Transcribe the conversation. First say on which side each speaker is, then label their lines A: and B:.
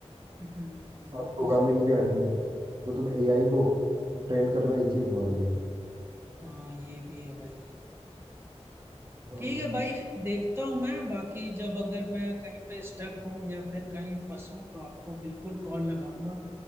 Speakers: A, on the right; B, on the right.
A: हम्म वो
B: और प्रोग्रामिंग
A: भी सही
B: भी आती है तो तुम एआई को ट्रेन करना ही चाहिए तुम्हारे लिए
A: हाँ ये भी है भाई
B: हाँ
A: ठीक है भाई देखता हूँ मैं बाकी जब अगर मैं कहीं पे स्टक हूँ या फिर कहीं फंसूँ तो आपको बिल्कुल कॉल लगाऊंगा